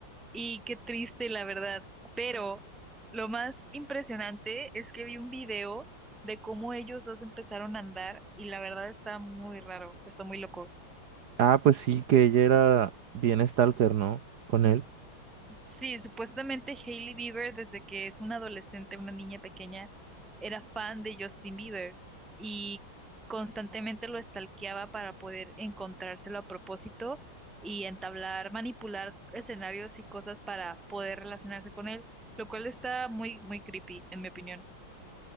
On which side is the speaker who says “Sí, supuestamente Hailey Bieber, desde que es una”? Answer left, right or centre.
Centre